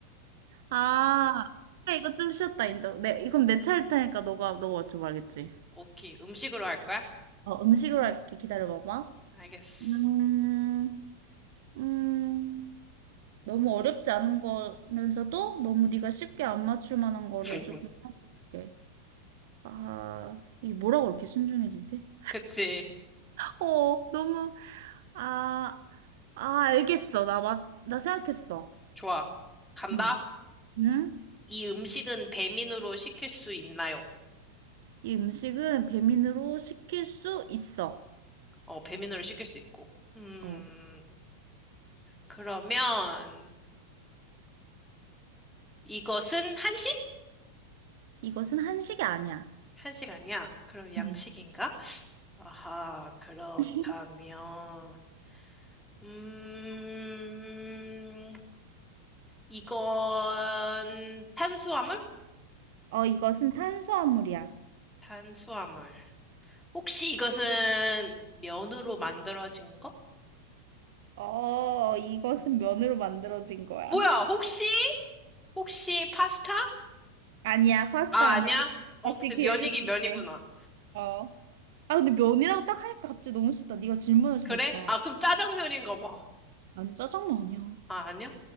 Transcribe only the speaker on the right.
아. 그래, 이거 좀 쉬웠다, 인정. 네, 그럼 내 차일 테니까 너가, 너가 맞춰봐야겠지.
어, 음식으로 할게. 기다려봐봐.
음, 음, 너무 어렵지 않은 거면서도 너무 네가 쉽게 안 맞출 만한 거를
조금 생각해볼게. 아, 이게 뭐라고 이렇게 신중해지지?
어, 너무, 아, 아, 알겠어. 나 맞, 나 생각했어.
응, 응?
이 음식은 배민으로 시킬 수 있어.
어,
이것은 한식이 아니야.
응.
<laughs>
어, 이것은 탄수화물이야.
어, 이것은 면으로 만들어진 거야.
아니야, 파스타
아니야.
다시
기회를
줄게.
어. 아, 근데 면이라고 딱 하니까 갑자기 너무 쉽다. 네가 질문을 잘했다.
아니, 짜장면 아니야.